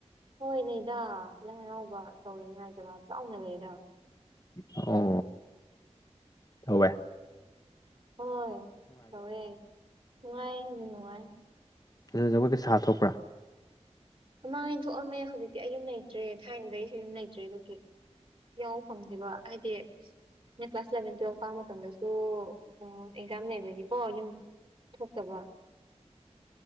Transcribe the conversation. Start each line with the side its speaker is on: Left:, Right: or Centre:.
Right: ꯍꯣꯏ ꯅꯩꯗ ꯂꯥꯏ ꯍꯔꯥꯎꯕ ꯇꯧꯋꯦ ꯉꯥꯏꯖꯔ ꯆꯥꯎꯅ ꯂꯩꯗ
Left: ꯑꯣ ꯇꯧꯋꯦ
Right: ꯍꯣꯏ ꯇꯧꯋꯦ ꯅꯨꯡꯉꯥꯏ ꯅꯨꯡꯉꯥꯏ
Left: ꯑꯗꯨꯗ ꯖꯒꯣꯏꯒ ꯁꯥꯥ ꯊꯣꯛꯄ꯭ꯔꯥ
Right: ꯃꯃꯥꯡꯉꯩ ꯊꯣꯛꯑꯝꯃꯦ ꯍꯧꯖꯤꯛꯇꯤ ꯑꯩ ꯌꯨꯝ ꯂꯩꯇ꯭ꯔꯦ ꯊꯥꯏꯅꯗꯩꯁꯨ ꯌꯨꯝ ꯂꯩꯇ꯭ꯔꯦ ꯑꯗꯨꯒꯤ ꯌꯥꯎ ꯐꯪꯗꯦꯕ ꯍꯥꯏꯗꯤ ꯑꯩꯅ ꯀ꯭ꯂꯥꯁ ꯏꯂꯚꯦꯟ ꯇꯨꯋꯦꯜꯞ ꯀꯥ ꯃꯇꯝꯗꯁꯨ ꯑꯥ ꯑꯦꯛꯖꯥꯝ ꯂꯩꯕꯒꯤꯀꯣ ꯌꯨꯝ ꯊꯣꯛꯇꯕ